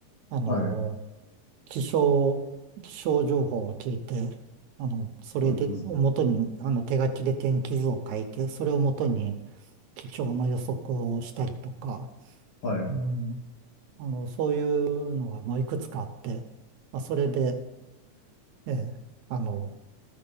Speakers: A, on the right; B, on the left.
A: あの、
B: はい。
A: 気象、気象情報を聞いて、あの、それで、
B: うんうん。
A: を元に、あの、手書きで天気図を書いて、それを元に気象の予測をしたりとか、
B: はい。
A: うん。あの、そういうのが、まあ、いくつかあって、まあ、それで、ええ、あの、